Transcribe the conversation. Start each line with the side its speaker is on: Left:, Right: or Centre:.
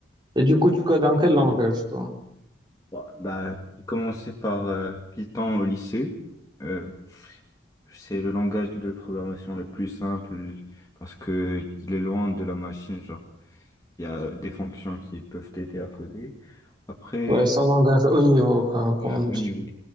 Right: Et du coup, tu codes en quel langage, toi?
Left: Bah, bah, j'ai commencé par euh, Python au lycée. Euh, c'est le langage de programmation le plus simple parce que il est loin de la machine, genre. Il y a des fonctions qui peuvent t'aider à coder. Après,
Right: Ouais, c'est un langage haut niveau, co- comme
Left: ouais,
Right: on
Left: au
Right: dit.
Left: niveau.